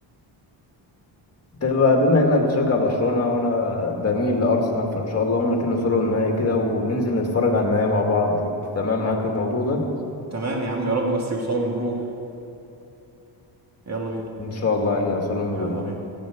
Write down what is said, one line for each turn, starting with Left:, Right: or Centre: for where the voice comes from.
Left: طب بما انك بتشجع برشلونه وانا بميل لارسنال فان شاء الله هما الاتنين يوصلوا للنهائي كده وننزل نتفرج على النهائي مع بعض تمام معاك في الموضوع ده
Right: تمام يا عم يا رب بس يوصلوا نروح يلا بينا
Left: ان شاء الله كده نوصل ونروح
Right: يلا بينا